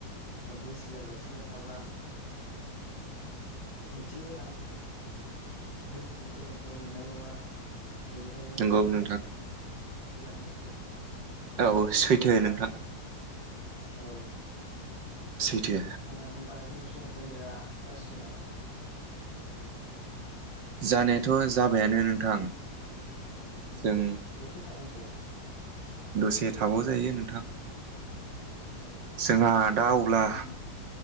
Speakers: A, on the left (about 55°); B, on the right (about 80°).
A: बुजियाल'सिनो थाबा ओंथि गोनां। गुन सोलोंथाइ मोननाय नङा। बेनिखायनो
B: नंगौ
A: गावनो
B: नोंथां
A: सिगांनोसो होनबासो
B: औ सैथो
A: गथ'फ्रा
B: नोंथां
A: औ
B: सैथो
A: होमबा जोंनि समखोन्दोआ जासिगोन नामा?
B: जानायाथ' जाबायानो नोंथां।
A: औ
B: जों
A: दसे थाबावनोसै।
B: दसे थाबाव जायो नोंथां।
A: औ
B: जोंहा दा अब्ला
A: ओन